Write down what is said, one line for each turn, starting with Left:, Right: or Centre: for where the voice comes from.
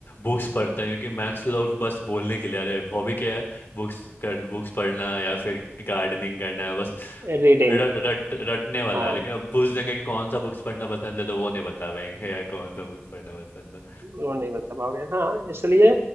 Left: बुक्स पढ़ते हैं क्योंकि मैक्स लोग बस बोलने के लिए अरे हॉबी क्या है बुक्स कर बुक्स पढ़ना या फिर गार्डनिंग करना है बस
Right: रीडिंग
Left: र- रट रटने वाला
Right: हाँ
Left: है लेकिन अब पूछ देंगे कि कौन सा बुक्स पढ़ना पसंद है तो वो नहीं बता पाएंगे यार कौन सा बुक्स पढ़ना पसंद है
Right: वो नहीं बता पाओगे हाँ इसलिए